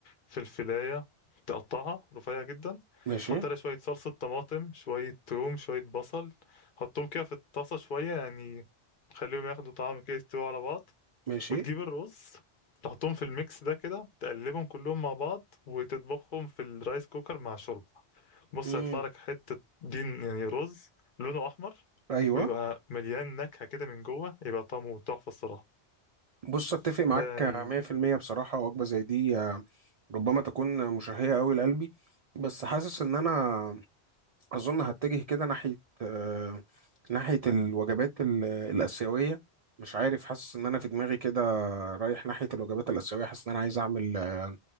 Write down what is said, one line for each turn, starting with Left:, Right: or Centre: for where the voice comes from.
Left: فلفلاية تقطعها رفيع جدا
Right: ماشي
Left: حط عليها شوية صلصة طماطم شوية توم شوية بصل حطهم كده في الطاسة شوية يعني خليهم ياخدوا طعم كده يستووا على بعض
Right: ماشي
Left: وتجيب الرز تحطهم في الميكس ده كده تقلبهم كلهم مع بعض وتطبخهم في الرايس كوكر مع شوربة بص
Right: مهم.
Left: هيطلع لك حتة دين يعني رز لونه أحمر
Right: ايوه
Left: ويبقى مليان نكهة كده من جوه يبقى طعمه تحفة الصراحة
Right: بص اتفق معاك
Left: ده يعني
Right: 100% بصراحة وجبة زي دي آه، ربما تكون مشهية قوي لقلبي بس حاسس ان انا أظن هتجه كده ناحية آه، ناحية الوجبات ال- الآسيوية مش عارف حاسس إن أنا في دماغي كده رايح ناحية الوجبات الآسيوية حاسس إن أنا عايز أعمل آه،